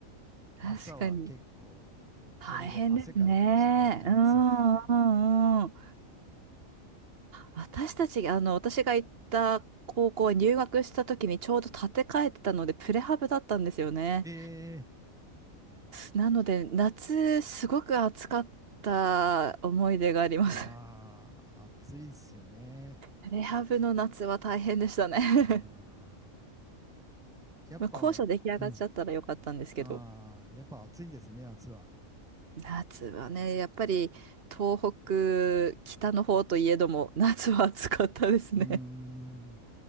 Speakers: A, on the right; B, in the centre.
A: 確かに。
B: 朝は結構、それで汗かいてましたね、
A: 大変ですね。
B: 夏は。
A: うんうんうん。私たち、あの、私が行った高校は入学した時にちょうど建て替えてたので、プレハブだったんですよね。
B: <laughs> ええ
A: なので、夏、すごく暑かった思い出があります。
B: ああ、
A: <laughs>
B: 暑いですよね。
A: プレハブの夏は大変でしたね。<laughs>
B: うん。やっぱ、
A: まあ、校舎出来上がっちゃったらよかったんですけど。
B: うん。ああ、やっぱ暑いですね、夏は。
A: 夏はね、やっぱり東北、北の方といえども、夏は暑かったですね。
B: うーん。